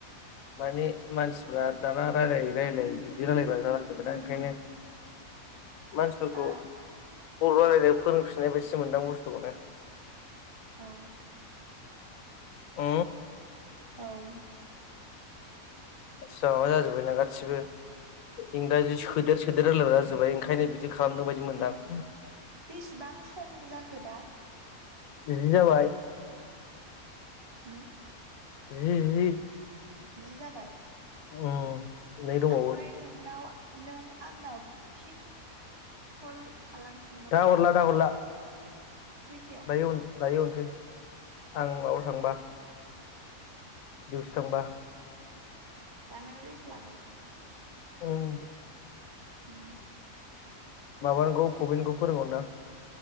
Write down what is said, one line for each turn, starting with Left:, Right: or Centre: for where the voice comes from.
Left: माने मानसिफ्रा दाना रायजलायै रायजलायै बिदि रायलायग्रा जालां जोबबाय ना ओंखायनो मानसिफोरखौ
Right: हा
Left: बर' रायलायनो फोरोंफिननाय बायदि मोनदां बुस्थुखौनो
Right: औ
Left: ओ
Right: औ
Left: मानसिफ्रा माबा जाजोबबायना गासिबो इंराजि सोदेर -सोदेर रायलायग्रा जाजोब्बाय ओंखायनो बिदि खालामदों बायदि मोनदां।
Right: बेसिबां सम जाखो दा?
Left: जि जाबाय।
Right: हम
Left: जि जि।
Right: जि जाबाय
Left: उम नै दंबावो
Right: आमफ्राय नोंनाव नों आंनाव फिन कल खालामफिन
Left: दा हरला दा हरला।
Right: खैथायाव?
Left: दायो- दायो होरनोसै आंमाबआव
Right: उम,
Left: थांबा। दिवथि थांबा।
Right: दा नों रेस लागोन
Left: अम
Right: उम
Left: माबानांगौ पबिनखौ फोरोंहरनां।